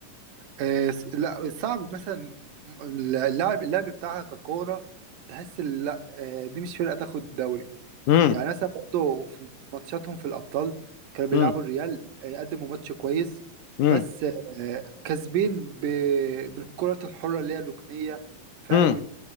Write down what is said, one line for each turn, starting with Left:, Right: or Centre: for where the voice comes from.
Right: آه س- لا صعب مثلا اللاعب اللاعب بتاعها ككوره تحس إن لا آه دي مش فرقه تاخد دوري
Left: امم
Right: يعني مثلا برضه في ماتشاتهم في الأبطال كانوا بيلعبوا
Left: امم
Right: الريال آه، قدموا ماتش كويس
Left: امم
Right: بس آه، كسبين ب- بالكرة الحرة اللي هي الركنية فاول
Left: امم